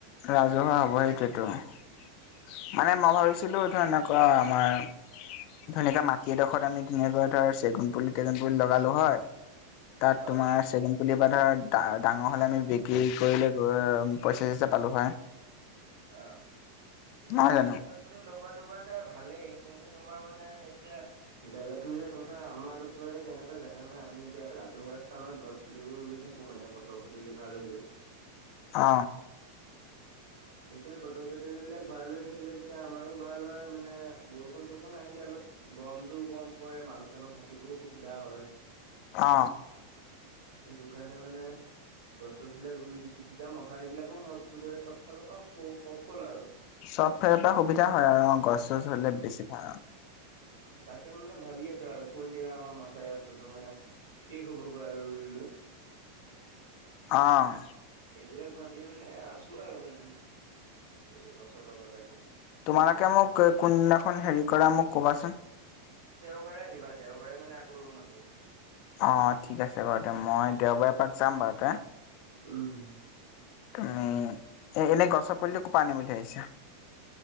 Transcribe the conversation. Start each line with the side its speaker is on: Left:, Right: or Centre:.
Left: ৰাজহুৱা হ'ব সেইটোতোৱেটো। মানে মই ভাবিছিলোঁ ধৰ এনেকুৱা আমাৰ। ধুনীয়াকে মাটি এডোখৰত আমি ধুনীয়াকৈ ধৰ চেগুন পুলি টেণ্ডন পুলি লগালো হয়। তাত
Right: অ
Left: তোমাৰ চেগুন। পুলিবা ধৰ দা-ডাঙৰ হ'লে আমি বিক্ৰী কৰিলে পইচা চয়ছা পালোঁ হয়।
Right: অ চেগুন
Left: নহয়
Right: পুলি
Left: জানো
Right: টেণ্ডন। পুলি লগোৱাটো ভালেই কিন্তু তোমাৰ মানে এতিয়া। জেগাতোহে কথা আমাৰ ত তেনেকুৱা জেগা নহয় আমি এতিয়া ৰাজহুৱা স্থানত গছ। পুলিবোৰ ৰুই থাকো মানে পতৰ পটলি ভাল হ'লৈ।
Left: অ।
Right: এতিয়া বতৰ বতৰিবিলাক ভাল হৈ থাকিলে তেতিয়া আমাৰো ভাল হয় মানে বৰষুণ চৰষুণ আহিলে অলপ। গৰমতটোও কম পৰে মানুহ চানুহ থাকিবও সুবিধা হয়।
Left: অ।
Right: সেইটো কাৰণে মানে গছ চচ বিলাক ৰুই দিছো। এতিয়া মথাবিলাকো মজবুত হয় চব ফালৰ পৰা স সফল আৰু।
Left: চব ফালৰ পৰা সুবিধা হয় আৰু অ গছ চছ হ'লে বেছি ভাল।
Right: উম তাকে মানে ভাবি আছো আৰু কোনদিনা আমাৰ মথাই ৰাস্তাটো মানে। শেষ হ'বগৈ আৰু ৰুই ৰুই।
Left: অঁ।
Right: এইবিলাক ভাবিয়ে মানে আছো আৰু মানে এই গছৰ তলতে বহি।
Left: তোমালোকে মোক কোনদিনাখন হেৰি কৰা মোক ক'বাচোন।
Right: দেওবাৰে আহিবা দেওবাৰে মানে আকৌ ৰুম আমি।
Left: অ ঠিক আছে বাৰু দে মই দেওবাৰে এপাক যাম বাৰু তে।
Right: উম।
Left: ত উম এ এনেই গছৰ পুলিটো কৰ পৰা আনিম বুলি ভাবিছা।